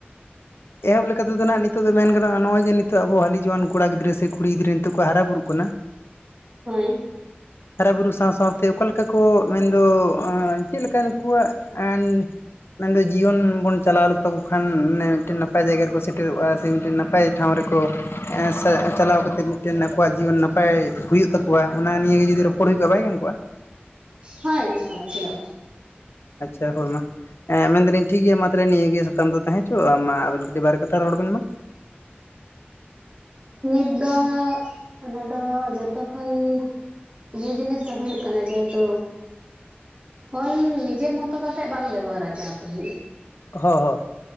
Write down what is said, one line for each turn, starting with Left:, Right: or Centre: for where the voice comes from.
Left: ᱮᱦᱚᱵ ᱞᱮᱠᱟᱛᱮ ᱫᱚ ᱱᱟᱜ ᱟᱹᱞᱤᱧᱼᱼ ᱱᱤᱛᱚᱜ ᱫᱚ ᱢᱮᱱ ᱜᱟᱱᱚᱜᱼᱟ ᱡᱮ ᱱᱤᱛᱚᱜ ᱟᱵᱚ ᱦᱟᱹᱞᱤ ᱡᱩᱣᱟᱹᱱ ᱠᱚᱲᱟ ᱜᱤᱫᱽᱨᱟᱹ ᱥᱮ ᱠᱩᱲᱤ ᱜᱤᱫᱽᱨᱟᱹ ᱱᱤᱛᱚᱜ ᱠᱚ ᱦᱟᱨᱟᱜ ᱵᱩᱨᱩᱜ ᱠᱟᱱᱟᱼᱼ
Right: ᱦᱚᱭ ᱾
Left: ᱦᱟᱨᱟ ᱵᱩᱨᱩ ᱥᱟᱶ ᱥᱟᱶ ᱛᱮ ᱚᱠᱟ ᱞᱮᱠᱟ ᱠᱚ ᱢᱮᱱᱫᱚ ᱮᱸ ᱪᱮᱫ ᱞᱮᱠᱟ ᱱᱩᱠᱩᱣᱟᱜ ᱮᱱᱼᱼ ᱢᱮᱱᱫᱚ ᱡᱤᱭᱚᱱ ᱵᱚᱱ ᱪᱟᱞᱟᱣ ᱞᱮᱛᱟ ᱠᱚ ᱠᱷᱟᱱᱮ ᱢᱤᱫᱴᱮᱱ ᱱᱟᱯᱟᱭ ᱡᱟᱭᱜᱟ ᱨᱮᱠᱚ ᱥᱮᱴᱮᱨᱚᱜᱼᱟ, ᱥᱮ <inaudible> ᱱᱟᱯᱼᱼ ᱱᱟᱯᱟᱭ ᱴᱷᱟᱶ ᱨᱮᱠᱚ ᱮᱸ ᱪᱟ ᱪᱟᱞᱟᱣ ᱠᱟᱛᱮ ᱢᱤᱫᱴᱮᱱ ᱟᱠᱚᱣᱟᱜ ᱡᱤᱭᱚᱱ ᱱᱟᱯᱟᱭ ᱦᱩᱭᱩᱜ ᱛᱟᱠᱚᱣᱟ ᱚᱱᱟ ᱱᱤᱭᱮ ᱜᱮ ᱡᱩᱫᱤᱼᱼ ᱨᱚᱯᱚᱲ ᱦᱩᱭ ᱠᱚᱜᱼᱟ, ᱵᱟᱭ ᱜᱟᱱ ᱠᱚᱜᱼᱟ?
Right: ᱦᱳᱭ ᱪᱮᱫᱟᱜ ᱵᱟᱝ ᱾
Left: ᱟᱪᱪᱷᱟ ᱦᱳᱭ ᱢᱟ ᱾ ᱦᱮᱸ ᱢᱮᱱᱫᱟ ᱞᱤᱧ ᱴᱷᱤᱠ ᱜᱮᱭᱟ ᱢᱟ ᱛᱟᱦᱚᱞᱮ ᱱᱤᱭᱟᱹ ᱥᱟᱛᱟᱢ ᱫᱚ ᱛᱟᱦᱮᱸ ᱦᱚᱪᱚ ᱟ ᱢᱟ ᱟᱵᱤᱱ ᱠᱟᱹᱴᱤᱡ ᱵᱟᱨ ᱠᱟᱛᱷᱟ ᱨᱚᱲ ᱵᱽᱱ ᱢᱟ ᱾
Right: ᱱᱤᱛ ᱫᱚ ᱚᱱᱟᱫᱚ ᱡᱚᱛᱚ ᱠᱷᱚᱱᱼᱼ ᱤᱭᱟᱹ ᱡᱤᱱᱤᱥ ᱫᱚ ᱦᱩᱭᱩᱜ ᱠᱟᱱᱟ ᱡᱮᱦᱮᱛᱩᱼᱼ ᱯᱷᱳᱱ ᱱᱤᱡᱮᱨ ᱢᱚᱛᱚ ᱠᱟᱛᱮᱜ ᱵᱟᱝ ᱵᱮᱵᱚᱦᱟᱨ ᱦᱚᱪᱚ ᱟᱠᱚ ᱦᱩᱭᱩᱜᱼᱟ᱾
Left: ᱦᱚ ᱦᱚ